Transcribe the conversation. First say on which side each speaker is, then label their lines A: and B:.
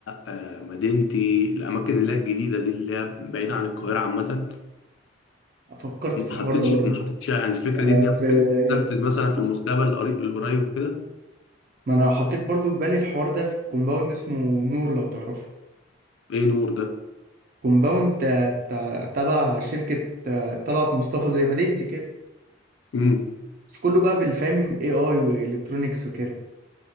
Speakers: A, on the left; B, on the right.
A: آه، مدينتي الأماكن اللي هي الجديدة دي اللي هي بعيدة عن القاهرة عامة
B: فكرت
A: ما
B: في
A: حطيتش
B: الحوار ده برضو
A: ما حطيتش يعني الفكرة
B: آه،
A: دي ان هي
B: في
A: ممكن تنفذ مثلا في
B: <laughs>
A: المستقبل القريب القريب وكده
B: ما انا حطيت برضو في بالي الحوار ده في كومباوند اسمه نور لو تعرفه
A: ايه نور ده
B: كومباوند آه، بتاع تبع شركة آه، طلعت مصطفى زي ما ديت كده
A: امم
B: بس كله بقى بالفهم اي اي والكترونيكس وكده